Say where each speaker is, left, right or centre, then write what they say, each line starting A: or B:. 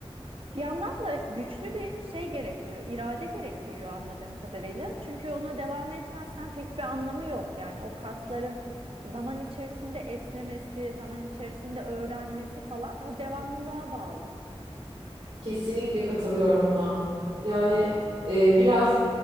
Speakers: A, on the right; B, on the right.
A: bir yandan da güçlü bir şey gerektiriyor, irade gerektiriyor anladığım kadarıyla. Çünkü ona devam etmezsen pek bir anlamı yok. Yani o kasların zaman içerisinde esnemesi, zaman içerisinde öğrenmesi falan o devamlılığa bağlı.
B: Kesinlikle katılıyorum buna. Yani e, biraz